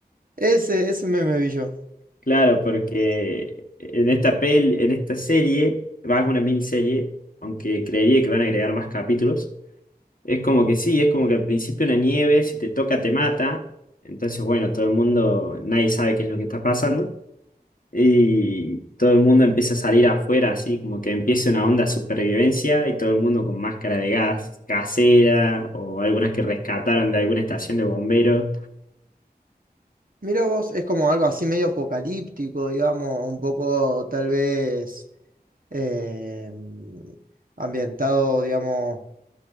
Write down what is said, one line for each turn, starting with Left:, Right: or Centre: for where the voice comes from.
Right: Ese, ese meme vi yo.
Left: Claro, porque en esta pel, en esta serie, va a ser una miniserie, aunque creería que van a agregar más capítulos. Es como que sí, es como que al principio una nieve, si te toca te mata. Entonces, bueno, todo el mundo, nadie sabe qué es lo que está pasando. Y todo el mundo empieza a salir afuera, así como que empieza una onda de supervivencia y todo el mundo con máscara de gas casera o algunas que rescataron de alguna estación de bomberos.
Right: Mira vos, es como algo así medio apocalíptico, digamos, un poco tal vez eh, ambientado, digamos,